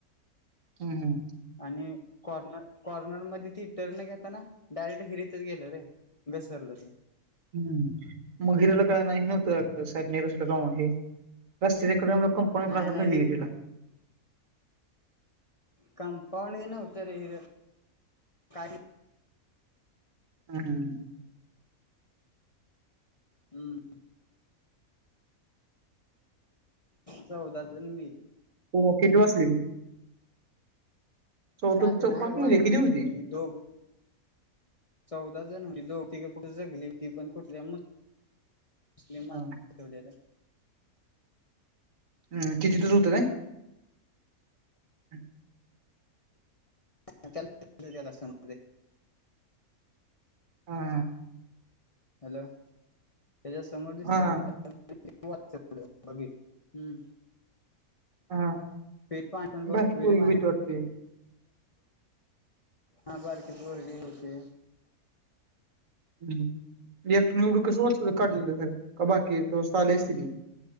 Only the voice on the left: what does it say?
आणि कॉर्नर कॉर्नर मध्ये ती टर्न घेताना डायरेक्ट हिरीतच गेल रे घसरल ते
नाही नाही
हिर
कमपाऊंड हे नव्हतं रे <inaudible> काय
हम चौदा जण मेलीत.
काय
नाही
वाचली
नाही
ती दोघ चौदा जण होतीत दोघं तिघ कुठं जगली होतीत ती पण कुठल्या मधल्या
<inaudible> ठेवलेलं
<inaudible> समज
हॅलो. त्याच्या समोर दिसलं
त्यानं लगेच वाचवलं. <inaudible> हम्म.
ते पाणी
विहिरीत
आणि
<inaudible>
हा बारकी पोरं बी होती.